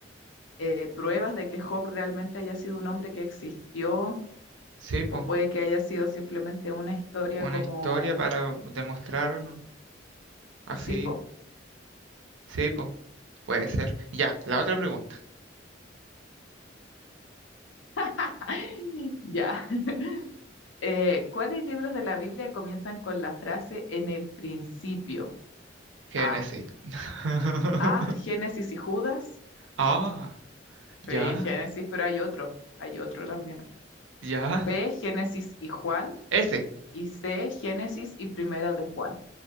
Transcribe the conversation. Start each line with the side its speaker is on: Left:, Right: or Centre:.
Left: eh, pruebas de que Job realmente haya sido un hombre que existió
Right: Sí, po.
Left: o puede que haya sido simplemente una historia
Right: Una
Left: como...
Right: historia para demostrar así.
Left: Sí, po.
Right: Sí, po. Puede ser. Ya, la otra pregunta.
Left: <laughs> Ya. <laughs> Eh, ¿cuáles libros de la Biblia comienzan con la frase en el principio?
Right: Génesis.
Left: A.
Right: <laughs>
Left: A. Génesis y Judas.
Right: Ah,
Left: Sí,
Right: ya,
Left: Génesis, pero hay otro. Hay otro también.
Right: ya.
Left: B, Génesis y Juan,
Right: Ese.
Left: y C, Génesis y Primera de Juan.